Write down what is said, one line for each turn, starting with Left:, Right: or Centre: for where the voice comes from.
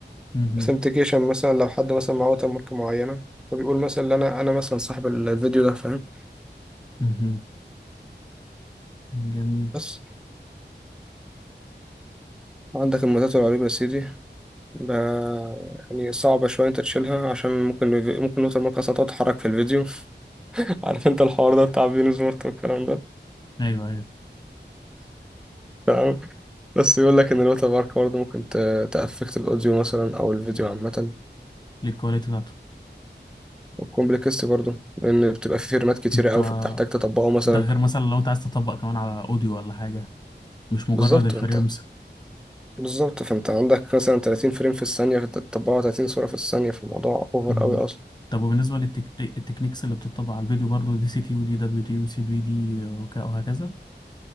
Left: مهم.
Centre: اوثنتيكيشن مثلا لو حد مثلا معاه ووتر مارك معينه فبيقول مثلا إن انا انا مثلا صاحب الفيديو ده فاهم
Left: مهم. جميل
Centre: بس عندك الميزات الرهيبة يا سيدي ب... يعني صعبة شوية انت تشيلها عشان ممكن الفي- ممكن الوتر مارك اصلا تقعد تتحرك في الفيديو <laughs> عارف انت الحوار ده بتاع بينو سمارت والكلام ده
Left: ايوه ايوه
Centre: <laughs> بس يقول لك ان الوتر مارك برضه ممكن ت- تأفكت الاوديو مثلا او الفيديو عامه
Left: للكواليتي بتاعته
Centre: والكومبلكس برضه لان بتبقى في فيرمات كتيره
Left: انت
Centre: قوي فبتحتاج تطبقه مثلا
Left: ده غير مثلا لو انت عايز تطبق كمان على اوديو ولا حاجه مش مجرد
Centre: بالظبط
Left: الفريمز
Centre: انت بالظبط فانت عندك مثلا 30 فريم في الثانيه فانت تطبقه 30 صوره في الثانيه في الموضوع اوفر
Left: مم.
Centre: قوي اصلا
Left: طب وبالنسبة للتك... التكنيكس اللي بتطبق على الفيديو برضو دي سي تي ودي دبليو تي وسي في دي وك- وهكذا